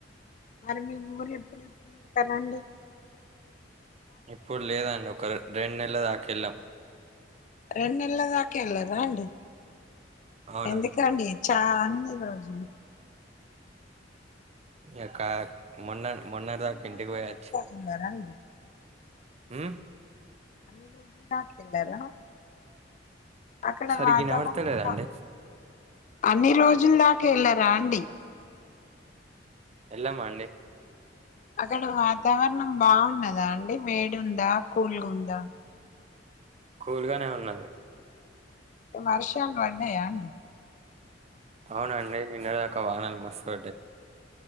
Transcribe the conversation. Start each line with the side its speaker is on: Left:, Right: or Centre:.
Left: మరి మీ ఊరు ఎప్పుడెప్పుడు <inaudible> కదండీ
Right: ఇప్పుడు లేదండి ఒక రెండు నెలల తాకెళ్ళాం
Left: రెండు నెల్ల దాకా ఎల్లారా అండి
Right: అవునండి
Left: ఎందుకండి చా అన్ని రోజులు
Right: ఇంకా మొన్న మొన్న
Left: అన్ని
Right: దాక ఇంటికి
Left: రోజుల
Right: పోయచ్చ్
Left: దాకా వెళ్ళరా అండి
Right: మ్మ్
Left: <unintelligible> అక్కడ
Right: సరిగ్గా
Left: వాతావరణం
Right: వినబడతలేదండి
Left: అన్ని రోజులు ఇందాకే ఎల్లరా అండి
Right: వెళ్ళామండి
Left: అక్కడ వాతావరణం బాగున్నదా అండి వేడుందా, కూల్గా ఉందా
Right: కూల్గానే ఉన్నది
Left: వర్షాలు పడ్డాయా అండి
Right: అవును అండి నిన్న దాక వానాల మస్తు ఒకటే